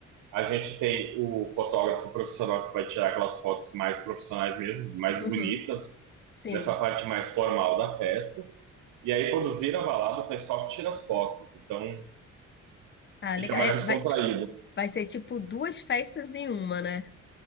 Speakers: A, on the right; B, on the left.
A: A gente tem o fotógrafo profissional que vai tirar aquelas fotos mais profissionais mesmo, mais
B: uhum,
A: bonitas,
B: sim.
A: nessa parte mais formal da festa. E aí, quando vira balada, o pessoal tira as fotos. Então,
B: Ah,
A: fica
B: legal.
A: mais
B: É,
A: descontraído.
B: vai- Vai ser tipo duas festas em uma, né?